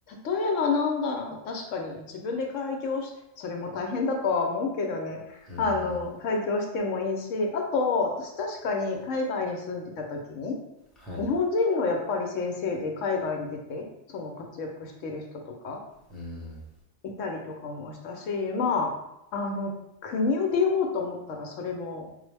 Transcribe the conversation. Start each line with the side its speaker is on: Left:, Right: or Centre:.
Left: 例えばなんだろう、確かに自分で開業し、それも大変だとは思うけどね、
Centre: うん。
Left: あの、開業してもいいし、あと、私確かに海外に住んでた時に、
Centre: はい。
Left: 日本人のやっぱり先生で海外に出て、その活躍してる人とか
Centre: うん。
Left: いたりとかもしたし、まあ、あの、国を出ようと思ったらそれも